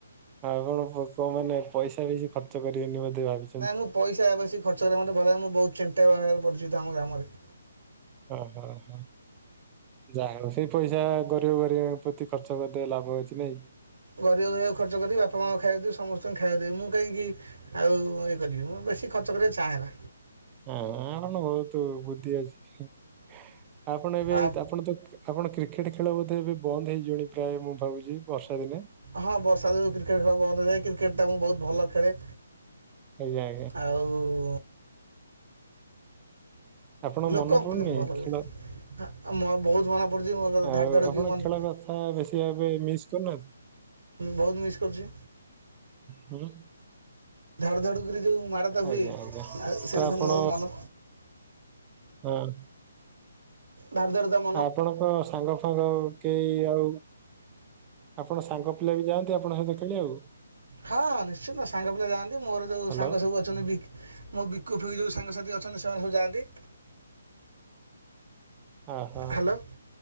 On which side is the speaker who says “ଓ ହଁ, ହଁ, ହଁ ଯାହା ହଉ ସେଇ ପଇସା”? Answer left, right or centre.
Right